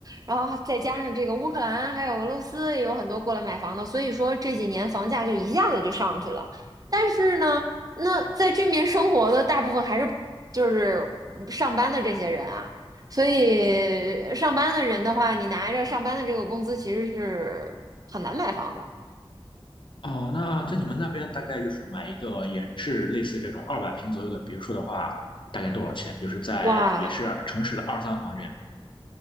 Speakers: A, on the right; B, on the left.
A: 然后再加上这个乌克兰还有俄罗斯也有很多过来买房的，所以说这几年房价就一下子就上去了。但是呢，那在这面生活的大部分还是就是上班的这些人啊。所以上班的人的话，你拿着上班的这个工资，其实是很难买房的。
B: 哦，那在你们那边大概就是买一个也是类似这种二百平左右的别墅的话，大概多少钱？就是在也是城市的二三环这样，
A: 哇，